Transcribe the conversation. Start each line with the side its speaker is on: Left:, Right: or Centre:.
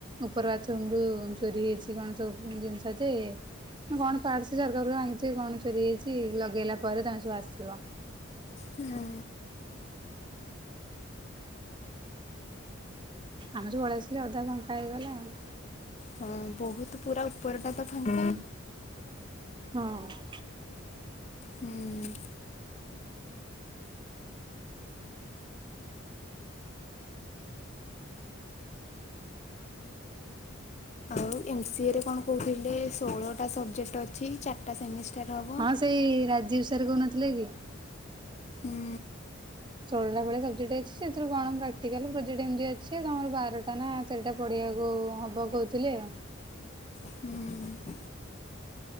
Right: ଉପର ବାଥରୁମ ରୁ ଚୋରି ହେଇଚି କଣ ସବୁ ଜିନିଷ ଯେ କଣ ପାର୍ଟ୍ସ ଝରକାରୁ ଭାଙ୍ଗିଛି କଣ ଚୋରି ହେଇଚି ଲଗେଇଲା ପରେ ତମେ ସବୁ ଆସିବ।
Left: ହୁଁ।
Right: ଆମେ ଯୋଉ ପଳେଇ ଆସିଲେ ଅଧା ଫାଙ୍କା ହେଇଗଲା ଆଉ।
Left: ହଁ ବହୁତ ପୁରା ଉପରଟା ତ ଫାଙ୍କା।
Right: ହଁ।
Left: ହୁଁ। ଆଉ ଏମ ସିଏ ରେ କଣ କହୁଥିଲେ ଷୋହଳଟା ସବଜେକ୍ଟ ଅଛି ଚାରିଟା ସେମିଷ୍ଟାର ହବ।
Right: ହଁ ସେଇ ରାଜୀବି ସାର୍ କହୁନଥିଲେ କି?
Left: ହୁଁ
Right: ଷୋଳଟା ଭଳିଆ ସବଜେକ୍ଟ୍ ଅଛି ସେଥିରୁ କଣ ପ୍ରାକ୍ଟିକାଲ ପ୍ରୋଜେକ୍ଟ ଏମତି ଅଛି ତମର ବାରଟା ନା ଚାରିଟା ପଢିବାକୁ ହବ କହୁଥିଲେ ଆଉ।
Left: ହୁଁ।